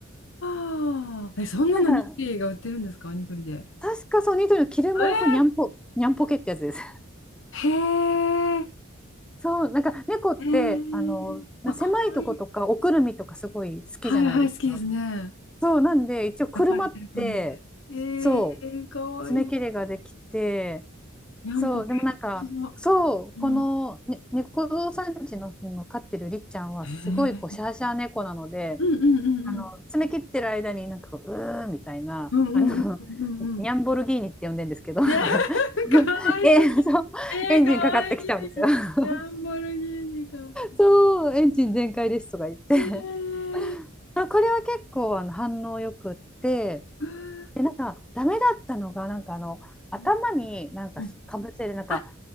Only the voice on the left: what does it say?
ああ。え、そんなのニトリが売ってるんですかニトリで。
え
ー、へえ。
へえー。
あ、
かわいい。
はいはい、好きですね。
抱かれてる感じで。
えー、かわいい。
にゃんぽけ。
本当だ。
うん。
へ
うんうんうんうん。
うんうんうんうんうん。
いや、<laughs>
かわいすぎ。
えー、
かわいい。
ランボルギーニかわいい。
えー、
う
んうん
あ、